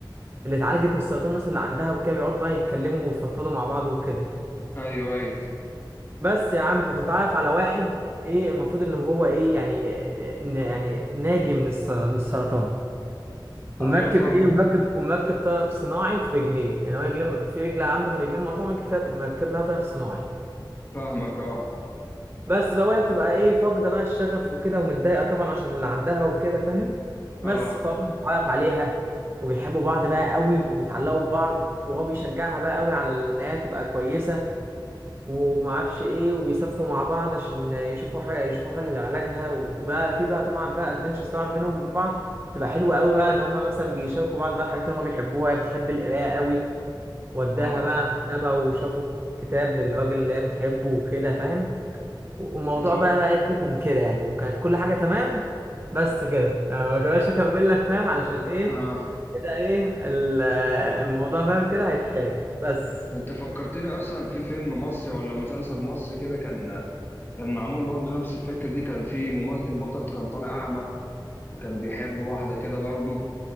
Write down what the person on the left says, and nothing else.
ايوه ايوه
ايوه فاهمك
فاهمك اه
اه
اه
انت
اه
انت فكرتني اصلا في فيلم مصري ولا مسلسل مصري كده كان كان معمول برضه نفس الفكره دي كان في ممثل البطل كان طالع اعمى وكان بيحب واحده كده برضه